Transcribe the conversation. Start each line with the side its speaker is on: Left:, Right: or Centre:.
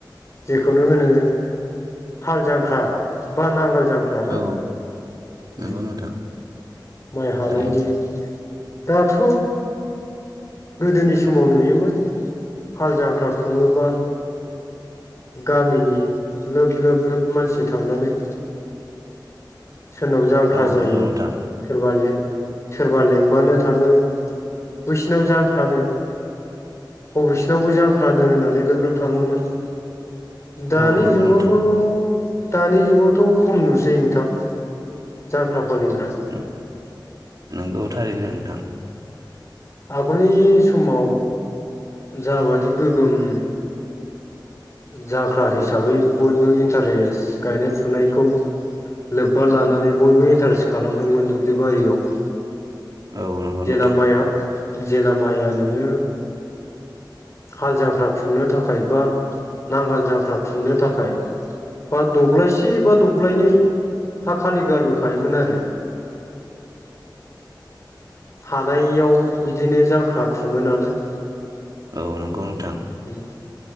Left: जेखौनो होनो हाल जांख्रा बा नांगोल जांख्रा ना
Right: औ नंगौ
Left: उम
Right: नोंथां।
Left: माइ हानायनि
Right: थारैनो
Left: दाथ' गोदोनि समाव नुयोमोन हाल जांख्रा खुङोबा गामिनि लोब लोब लोब मानसि थांनानै सोरनाव जांख्रा
Right: औ
Left: जायो
Right: नंगौ नोंथां
Left: सोरबा लें सोरबा लेंबानो थाङो बैसिनाव जांख्रानो ह' बैसिनावबो जांख्रानो होननानै लोब लोब थाङोमोन। दानि
Right: औ नंगौ
Left: जुगावथ'
Right: नोंथां
Left: दानि जुगावथ' खम नुसै नोंथां जांख्रा फालिग्रा
Right: <unintelligible> नोंगौ थारैनो नोंथां।
Left: आगलनि समाव जाबादि गोगोम जांख्रा हिसाबै बयबो इन्टारेस्ट गायनाय फुनायखौ लोब्बा लानानै बयबो इन्टारेस्ट खालामहैयोमोन दुब्लि बारियाव।
Right: औ नंगौ
Left: जेला
Right: नोंथां
Left: माइया जेला माइया नोङो हाल जांख्रा खुंनो थाखाय बा नांगोल जांख्रा खुंनो थाखाय बा दब्लायसे। बा दब्लायनै हा खालि गारबोखायोमोन आरो
Right: <inaudible>
Left: हानायाव बिदिनो जांख्रा खुङो नालाय।
Right: औ नंगौ नोंथां।
Left: ओम।